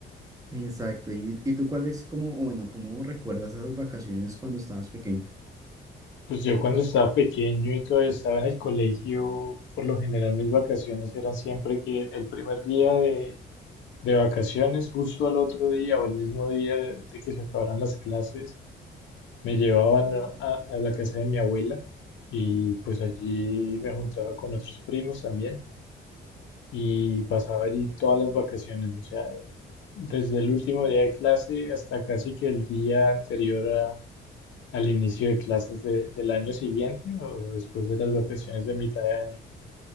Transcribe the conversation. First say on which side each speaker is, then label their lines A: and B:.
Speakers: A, on the right; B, on the left.
A: exacto. ¿Y, y tú cuál es como, o bueno, cómo recuerdas esas vacaciones cuando estabas pequeño?
B: Pues yo cuando estaba pequeño y todavía estaba en el colegio, por lo general mis vacaciones eran siempre que el primer día de, de vacaciones, justo al otro día o el mismo día de, de que se acabaran las clases, me llevaban a, a- a la casa de mi abuela y pues allí me juntaba con otros primos también y pasaba allí todas las vacaciones, o sea, desde el último día de clase hasta casi que el día anterior a al inicio de clases de- del año siguiente o después de las vacaciones de mitad de año.